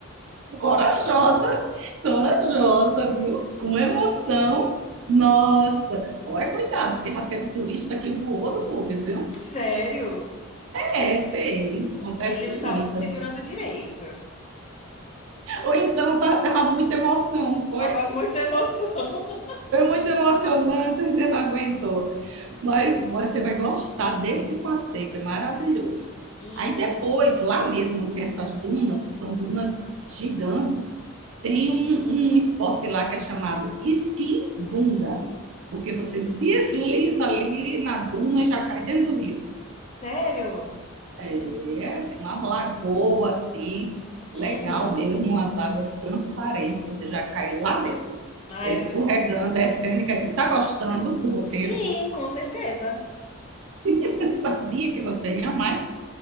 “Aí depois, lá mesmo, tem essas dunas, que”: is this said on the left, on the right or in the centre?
Right